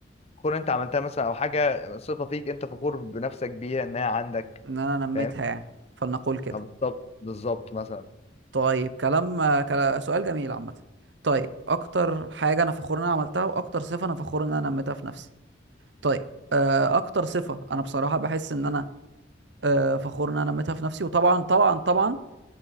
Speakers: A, on the left (about 35°); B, on the right (about 65°).
A: فخور انت عملتها مثلا او حاجة صفة فيك انت فخور بنفسك بيها انها عندك
B: ان انا نميتها
A: فاهم
B: يعني فلنقول كده
A: أو بالظبط بالظبط مثلا
B: طيب كلام آه، كلا- سؤال جميل عامة طيب اكتر حاجة انا فخور ان انا عملتها واكتر صفة انا فخور ان انا نميتها في نفسي طيب آه، اكتر صفة انا بصراحة بحس ان انا آه، فخور ان انا نميتها في نفسي وطبعا طبعا طبعا